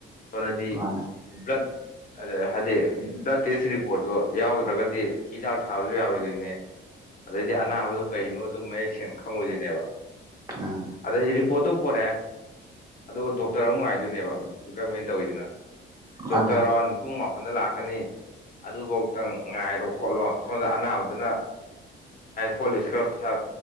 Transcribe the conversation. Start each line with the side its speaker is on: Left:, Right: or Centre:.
Left: ꯁꯣꯅꯗꯤ
Right: ꯃꯥꯅꯦ
Left: ꯕ꯭ꯂꯠ ꯑ ꯍꯥꯏꯗꯤ ꯕ꯭ꯂꯗ ꯇꯦꯁ ꯔꯤꯄꯣꯔꯠꯇꯨ ꯌꯥꯎꯗ꯭ꯔꯒꯗꯤ ꯍꯤꯗꯥꯛ ꯊꯥꯕꯁꯨ ꯌꯥꯔꯣꯏꯗꯣꯏꯅꯦ ꯑꯗꯩꯗꯤ ꯑꯅꯥꯕꯗꯨ ꯀꯩꯅꯣꯁꯨ ꯃꯌꯦꯛ ꯁꯦꯡꯅ ꯈꯪꯉꯣꯏꯗꯣꯏꯅꯦꯕ
Right: ꯑꯥ
Left: ꯑꯗꯩ ꯔꯤꯄꯣꯔꯠꯇꯧ ꯄꯣꯔꯛꯑꯦ ꯑꯗꯨꯒ ꯗꯣꯛꯇꯔ ꯑꯃ ꯉꯥꯏꯗꯣꯏꯅꯦꯕ ꯒꯃꯦꯟ ꯇꯧꯔꯤꯁꯤꯅ
Right: ꯃꯥꯅꯦ
Left: ꯗꯣꯛꯇꯔ ꯑꯥꯎꯟ ꯄꯨꯡ ꯃꯥꯄ ꯁꯗ ꯂꯥꯛꯀꯅꯤ ꯑꯗꯨꯐꯧꯇꯪ ꯉꯥꯏꯔꯣ ꯈꯣꯠꯂꯣ ꯁꯣꯝꯗ ꯑꯅꯥꯕꯗ ꯑꯗꯨꯅ ꯍꯣꯂꯤꯁ ꯈꯔ ꯄꯩꯊꯥ